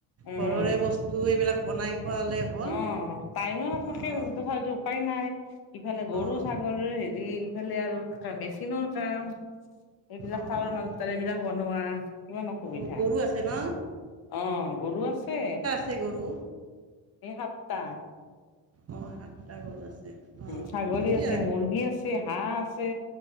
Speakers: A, on the left; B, on the right.
A: উম
B: ঘৰৰে বস্তু এইবিলাক বনাই খোৱালে হ'ল
A: অহ, টাইমো নাথাকে
B: অঁ
A: তথাপিও উপায় নাই। ইফালে গৰু-
B: অঁ
A: ছাগলীৰ হেৰি, ইফালে আৰু মেচিনৰ কাম। এইবিলাক
B: অঁ
A: কামৰ মাজত তাৰ এইবিলাক বনোৱা। কিমান অসুবিধা,
B: অঁ গৰু আছে ন
A: অ' গৰু আছে।
B: ছে গৰু।
A: এই সপ্তাহ।
B: অঁ সাতটা গৰু আছে অঁ
A: ছাগলী
B: ঠিকে
A: আছে মুৰ্গী আছে হাঁহ আছে